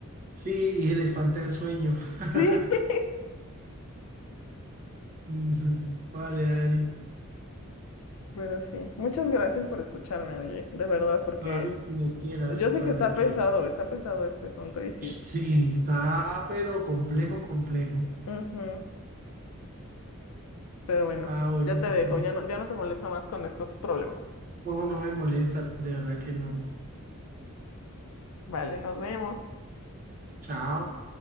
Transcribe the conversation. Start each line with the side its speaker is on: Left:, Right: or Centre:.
Right: Sí, y se le espanta el sueño. <laughs>
Left: <laughs> Sí,
Right: Ujú. Vale, Ari.
Left: pero sí. Muchas gracias por escucharme, oye, de verdad, porque
Right: No, Ari, cuando quieras,
Left: Yo sé
Right: cuando
Left: que está
Right: quieras.
Left: pesado, está pesado este asunto y sí.
Right: Sí, está, pero complejo, complejo.
Left: Ujú, Pero bueno,
Right: Ah, bueno,
Left: ya te dejo,
Right: Ari.
Left: ya no, ya no te molesto más con estos problemas.
Right: No, no me molesta, de verdad que no.
Left: Vale, nos vemos.
Right: Chao.